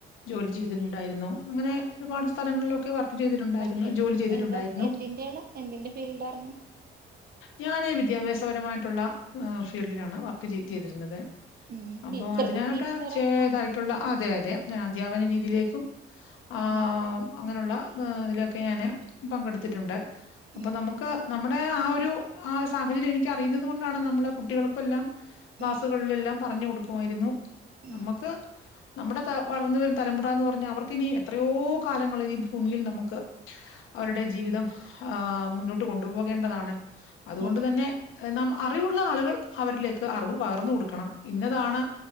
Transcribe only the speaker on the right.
വർക്ക് ചെയ്ത്
എന്താ എന്തിന്റെയാണ് എന്തിന്റെ ഫീൽഡാർന്നു
ഉം
ടീച്ചർ
ടീച്ചർ
ആണ്
ഉം
ഉം
ഉം
ഉം
അതെ
അതെ